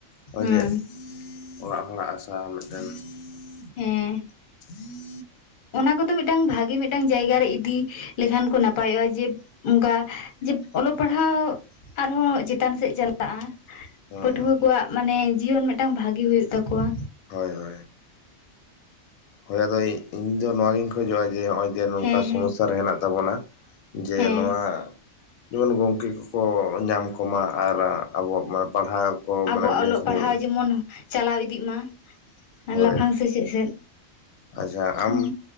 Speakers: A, on the left; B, on the left.
A: ᱱᱚᱜᱼᱚᱭ
B: ᱦᱩᱸ
A: ᱡᱮ ᱚᱲᱟᱜ ᱦᱚᱲᱟᱜ ᱟᱥᱟ ᱨᱟᱱ
B: ᱦᱮᱸ
A: <unintelligible>
B: ᱚᱱᱟ ᱠᱚ ᱢᱤᱫᱴᱟᱝ ᱵᱷᱟᱜᱤ ᱢᱤᱫᱴᱟᱝ ᱡᱟᱭᱜᱟ ᱨᱮ ᱤᱫᱤ ᱞᱮᱠᱷᱟᱱ ᱠᱚ ᱱᱟᱯᱟᱭᱚᱜᱼᱟ ᱡᱮ ᱚᱱᱠᱟ ᱡᱮ ᱚᱞᱚᱜ ᱯᱟᱲᱦᱟᱜ ᱯᱟᱲᱦᱟᱣ ᱟᱨᱦᱚᱸ ᱪᱮᱛᱟᱱ ᱥᱮᱫ ᱪᱟᱞᱟᱜᱼᱟ
A: ᱦᱮᱸ
B: ᱯᱟᱹᱴᱷᱩᱣᱟᱹ
A: ᱦᱮᱸ
B: ᱠᱚᱣᱟᱜ ᱢᱟᱱᱮ ᱡᱤᱭᱚᱱ ᱢᱤᱫᱴᱟᱝ ᱵᱷᱟᱜᱮ ᱦᱩᱭᱩᱜ ᱛᱟᱠᱚᱣᱟ
A: ᱦᱳᱭ ᱦᱳᱭ ᱦᱳᱭ ᱟᱫᱚ ᱤᱧ ᱫᱚ ᱱᱚᱣᱟ ᱜᱤᱧ ᱠᱷᱚᱡᱚᱜᱼᱟ ᱡᱮ ᱱᱚᱜᱼᱚᱭ ᱡᱮ ᱱᱚᱝᱠᱟ
B: ᱦᱮᱸ
A: ᱥᱚᱢᱚᱥᱥᱟ
B: ᱦᱮᱸ
A: ᱨᱮ ᱦᱮᱱᱟᱜ ᱛᱟᱵᱚᱱᱟ ᱡᱮ
B: ᱦᱮᱸ
A: ᱱᱚᱣᱟ ᱡᱮᱢᱚᱱ ᱜᱚᱢᱠᱮ ᱠᱚᱠᱚ ᱧᱟᱢ ᱠᱚᱢᱟ ᱟᱨ ᱟᱵᱚᱣᱟᱜ ᱯᱟᱲᱦᱟᱣ ᱠᱚ
B: ᱟᱵᱚᱣᱟᱜ
A: ᱢᱟᱱᱮ ᱵᱮᱥ
B: ᱚᱞᱚᱜ ᱯᱟᱲᱦᱟᱣ
A: ᱧᱚᱜ
B: ᱡᱮᱢᱚᱱ ᱪᱟᱞᱟᱣ ᱤᱫᱤᱜ ᱢᱟ ᱟᱨ
A: ᱦᱳᱭ
B: ᱞᱟᱯᱷᱟᱝ ᱥᱮᱪᱮᱫ ᱥᱮᱫ
A: ᱟᱪᱪᱷᱟ
B: ᱦᱩᱸ
A: ᱟᱢ